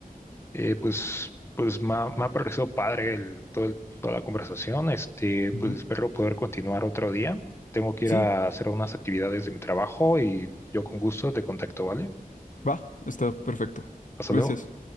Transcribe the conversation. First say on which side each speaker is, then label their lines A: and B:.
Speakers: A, on the left; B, on the left.
A: Eh, pues, pues me ha, me ha parecido padre el, todo el- toda la conversación. Este, pues
B: Ujú.
A: espero poder continuar otro día. Tengo que
B: Sí,
A: ir a hacer unas actividades de mi trabajo y yo con gusto te contacto, ¿vale?
B: va, está perfecto.
A: Hasta
B: Gracias.
A: luego.